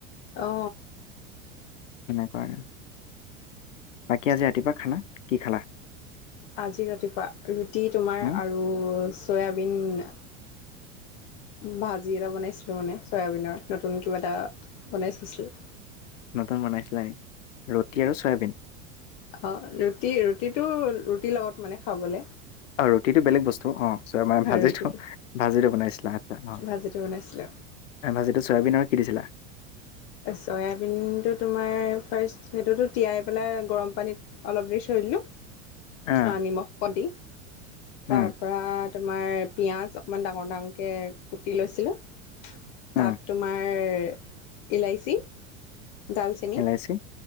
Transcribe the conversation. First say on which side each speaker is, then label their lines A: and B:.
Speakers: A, on the left (about 55°); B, on the left (about 80°).
A: অ
B: সেনেকুৱাই আৰু। বাকী আজি ৰাতিপুৱা খানা কি' খালা?
A: আজি ৰাতিপুৱা ৰুটি তোমাৰ
B: উম?
A: আৰু চয়াবিন- ভাজি এটা বনাইছিলোঁ মানে চয়াবিনৰ নতুন কিবা এটা বনাই চাইছিলো।
B: নতুন বনাইছিলা নে ৰুটি আৰু চয়াবিন।
A: অঁ ৰুটি ৰুটি টো ৰুটিৰ লগত মানে খাবলে।
B: ৰুটি টো বেলেগ বস্তু অঁ চ' মানে ভাজিটো
A: ৰুটিটো
B: ভাজিটো বনাইছিলা অঁ অঁ।
A: ভাজিটো বনাইছিলো
B: আঁহ ভাজিটো চয়াবিনৰ কি' দিছিলা?
A: চয়াবিন টো তোমাৰ ফাৰ্ষ্ট সেইটো তিয়াই পেলাই গৰম পানীত অলপ দেৰি- থলো
B: আহ
A: আঁহ নিমখ অকণ দি।
B: উম
A: তাৰ পৰা তোমাৰ- পিঁয়াজ অকণমান ডাঙৰ ডাঙৰকৈ কুতি লৈছিলোঁ।
B: উম
A: তা'ত তোমাৰ- ইলাইচি, ডালচেনি
B: ইলাইচি